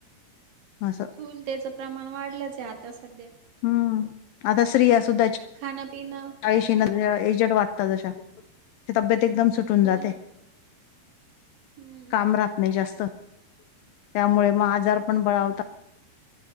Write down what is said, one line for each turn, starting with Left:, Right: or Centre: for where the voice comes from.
Left: असं
Right: स्थूल त्याचं प्रमाण वाढलंचए आता सध्या.
Left: हम्म, आता स्रिया सुद्धाच
Right: खानं, पिनं.
Left: काहिशी न <unintelligible> एजट वाटता जशा, ते तब्येत एकदम सुटून
Right: हो
Left: जाते.
Right: ना हम्म
Left: काम राहत नाही जास्त, त्यामुळे म आजार पण बळवता.